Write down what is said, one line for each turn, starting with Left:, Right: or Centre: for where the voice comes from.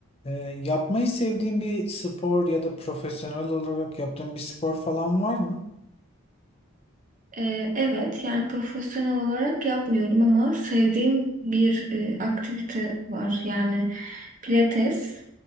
Left: Ee, yapmayı sevdiğin bir spor ya da profesyonel olarak yaptığın bir spor falan var mı?
Right: Ee, evet yani profesyonel olarak yapmıyorum ama sevdiğim bir e, aktivite var. Yani pilates